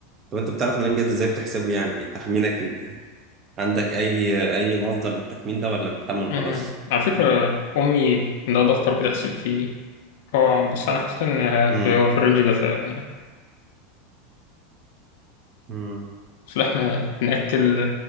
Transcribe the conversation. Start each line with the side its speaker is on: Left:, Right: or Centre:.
Right: طب انت بتعرف منين بجد ازاي بتحسبه يعني تخمينك ليه؟ يعني عندك اي اي مصدر للتخمين ده ولا بتخمن وخلاص
Left: مم. على فكرة امي عندها دفتر بتحسب فيه هو بس انا حاسس ان
Right: امم
Left: في- هو في الرينج ده فعلا يعني
Right: امم
Left: بس احنا بنأكل